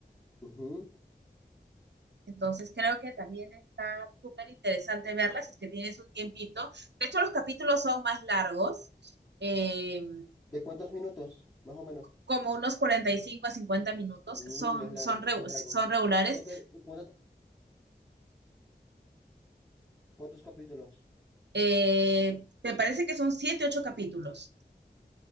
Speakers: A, on the left; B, on the right.
A: ujú.
B: Entonces creo que también está súper interesante verlas si es que tienes un tiempito. De hecho, los capítulos son más largos. Eh,
A: ¿De cuántos minutos? Más o menos.
B: como unos 45 a 50 minutos,
A: Mm,
B: son,
A: es largo,
B: son, re-
A: es largo.
B: son regulares,
A: ¿Y cuántos, y cuántos, cuántos capítulos?
B: Eh, me parece que son siete, ocho capítulos.